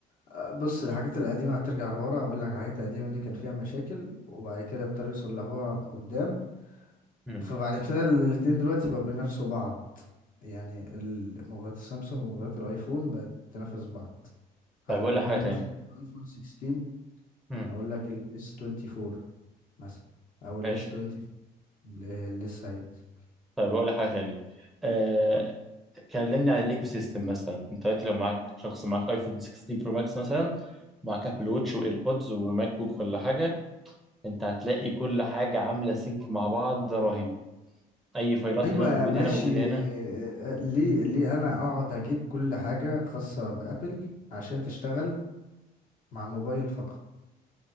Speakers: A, on the left; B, in the centre.
A: آه، بص الحاجات القديمة هترجع لورا اقول لك الحاجات القديمة دي كان فيها مشاكل وبعد كده ابتدوا يصلحوها قدام
B: مم.
A: فبعد كده الاتنين دلوقتي بقوا بينافسوا بعض يعني ال- موبايلات السامسونج وموبايلات الايفون بقت تنافس بعض هتقارن
B: طيب اقول لك حاجه
A: لي
B: تاني
A: مثلا ايفون 16
B: مم.
A: اقول لك الاس 24 مثلا او الاس
B: ماشي
A: 20 ل- لسه هينزل
B: طيب اقول لك حاجه تاني آه، كلمني عن الايكو سيستم مثلا انت دلوقتي لو معاك شخص معاك ايفون 16 برو ماكس مثلا معاك ابل ووتش وايربودز وماك بوك ولا حاجه انت هتلاقي كل حاجه عامله سينك مع بعض رهيب اي فايلات
A: ايوه
B: هنا موجوده
A: ماشي
B: هنا موجوده هنا
A: آه، آه، ليه ليه انا اقعد اجيب كل حاجه خاصه بابل عشان تشتغل مع الموبايل فقط